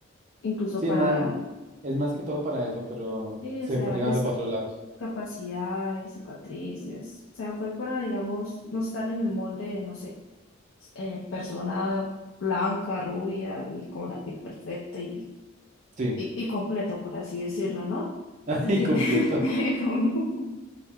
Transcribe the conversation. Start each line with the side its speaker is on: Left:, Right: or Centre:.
Left: incluso
Right: Sí,
Left: para,
Right: ma- es más que todo para eso, pero
Left: sí,
Right: se
Left: o sea,
Right: fue llevando
Left: discapacidades,
Right: para otros lados.
Left: cicatrices. O sea, fue para, digamos, no estar en el molde, no sé, eh, persona blanca, rubia y con la piel perfecta y,
Right: Sí.
Left: y, y completo, por así decirlo, ¿no?
Right: <laughs>
Left: Así
Right: Ay, completo.
Left: que, <laughs>